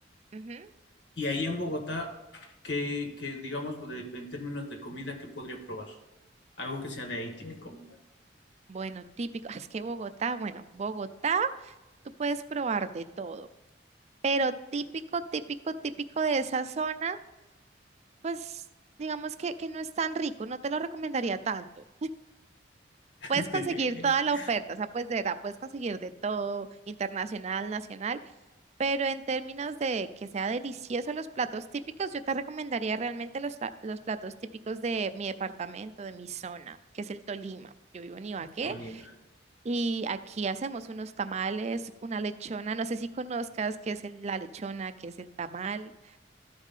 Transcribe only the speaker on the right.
ujú.
Bueno, típico, <laughs> es que Bogotá, bueno, Bogotá, tú puedes probar de todo, pero típico, típico, típico de esa zona, pues digamos que, que no es tan rico, no te lo recomendaría tanto.
Puedes conseguir toda la oferta, o sea, pues de verdad, puedes conseguir de todo, internacional, nacional, pero en términos de que sea delicioso los platos típicos, yo te recomendaría realmente los, pla- los platos típicos de mi departamento, de mi zona, que es el Tolima. Yo vivo en Ibagué
Y aquí hacemos unos tamales, una lechona, no sé si conozcas qué es el- la lechona, qué es el tamal.